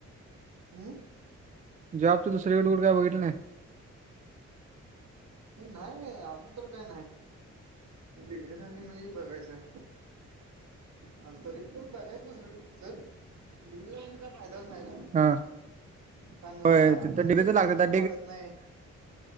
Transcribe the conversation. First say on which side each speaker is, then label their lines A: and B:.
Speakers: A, on the right; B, on the right.
A: हम्.
B: जबाबच्या दुसरीकडेकडे काय बघित. लंय
A: नाही अजून तर काही नाही. डग्रीसाठी म्हणजे बघायचंय. आता तरी करण ब कायच दुसरकडे कुचं डिग्री जायची का. फायदाच नाही ना.
B: हा
A: पण आपलं
B: होय तिथं डिग्रीच
A: हे
B: लागतात
A: पेमेंटच वाढत नाही.